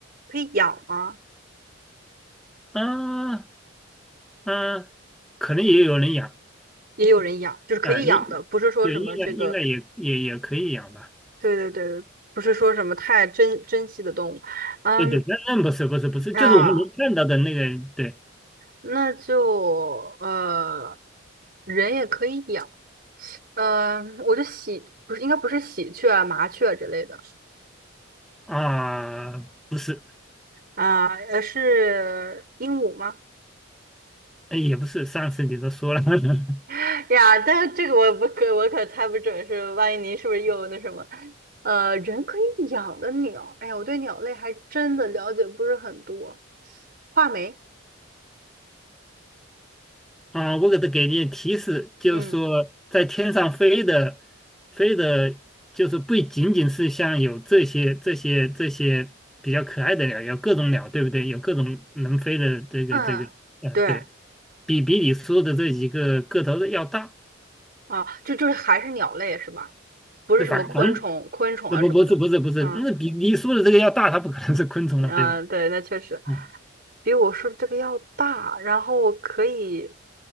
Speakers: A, on the right (about 45°); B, in the centre.
A: 可以养吗？
B: 啊啊，可能也有人养
A: 也有人养，就是可以养的，
B: 啊，应对应该应该也也也可以养吧？
A: 不是说什么这个，对对对，不是说什么太珍珍惜的动物，嗯
B: 对对，那那不是不是不是，
A: 啊，
B: 就是我们能看到的那个对
A: 那就呃，人也可以养，嗯、我就喜不是应该不是喜鹊啊麻雀之类的
B: 啊，不是，
A: 啊，呃，是鹦鹉吗？
B: 哎也不是，上次你都说了，<laughs>
A: <laughs> 呀，但是这个我不可我可猜不准是，万一您是不是又那什么？呃，人可以养的鸟，哎呀，我对鸟类还真的了解不是很多。画眉，
B: 啊，我给他给你提示，就是说在天上飞的，
A: 嗯
B: 飞的，就是不仅仅是像有这些这些这些比较可爱的鸟，有各种鸟，对不对？有各种能飞的这个这个，
A: 嗯，
B: 呃，
A: 对
B: 对比比你说的这几个个头的要大，
A: 啊，就就是还是鸟类是吧？不是什么昆虫、
B: 那反反正
A: 昆虫啊什么的。
B: 那不不是不是不是，
A: 嗯
B: 那比你说的这个要大，它不可能是昆虫了，
A: 嗯，
B: 对吧？
A: 对，那确实
B: 啊，
A: 比我说的这个要大，然后可以